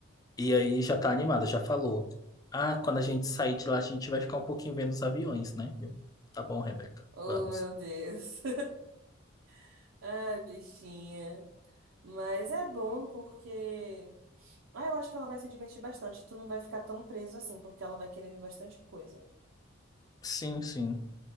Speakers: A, on the left (about 20°); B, on the right (about 80°).
A: E aí já tá animada, já falou. Ah, quando a gente sair de lá, a gente vai ficar um pouquinho vendo os aviões, né? Eu, tá bom, Rebeca,
B: Oh,
A: vamos.
B: meu Deus. <laughs> Ai, bichinha. Mas é bom porque Ah, eu acho que ela vai se divertir bastante. Tu não vai ficar tão preso assim, porque ela vai querer ver bastante coisa.
A: Sim, sim.